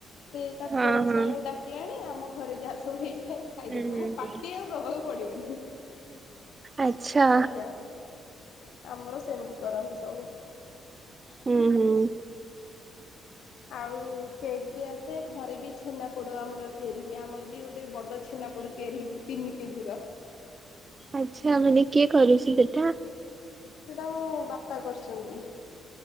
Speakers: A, on the left (about 75°); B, on the right (about 30°).
A: ସେ ତା
B: ହଁ
A: ଫ୍ରେଣ୍ଡସ୍
B: ହଁ।
A: ମାନଙ୍କୁ ଡାକି ଆଣି ଆମ ଘରେ ଯାହା ସବୁ ହେଇ ଖାଇଦେବି
B: ହୁଁ ହୁଁ
A: ମାନେ ପାଟି ଆଉ ଦବାକୁ ପଡିବନି।
B: ଆଚ୍ଛା।
A: ଅଲଗା ଆମର ସେମିତି କରନ୍ତି ସବୁ।
B: ହୁଁ ହୁଁ।
A: ଆଉ କେକ୍ ବି ଆସେ ଘରେ ବି ଛେନା ପୋଡ ଆମର ତିଆରି ହୁଏ, ଆମର ବି ଗୋଟେ ବଡ ଛେନା ପୋଡ଼ ତିଆରି ହେଇଛି ତିନି କେଜିିର
B: ଆଛା ମାନେ କିଏ କରୁଛି ସେଟା?
A: ସେଟା ମୁଁ ବାପା କରିଛନ୍ତି।